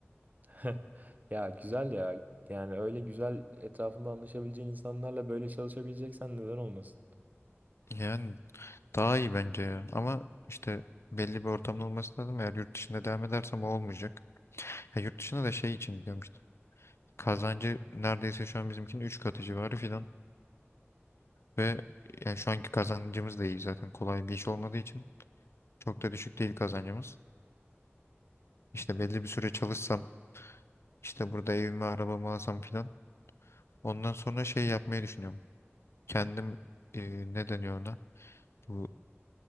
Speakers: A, on the right; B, on the left.
A: <laughs> Ya güzel ya. Yani öyle güzel etrafında anlaşabileceğin insanlarla böyle çalışabileceksen neden olmasın?
B: Yani daha iyi bence ya. Ama işte belli bir ortamda olması lazım. Eğer yurt dışında devam edersem o olmayacak. Ya yurt dışına da şey için gidiyorum işte. Kazancı neredeyse şu an bizimkinin 3 katı civarı filan. Ve yani şu anki kazancımız da iyi zaten. Kolay bir iş olmadığı için çok da düşük değil kazancımız. İşte belli bir süre çalışsam işte burada evimi arabamı alsam filan. Ondan sonra şey yapmayı düşünüyorum. Kendim e, ne deniyor ona? Bu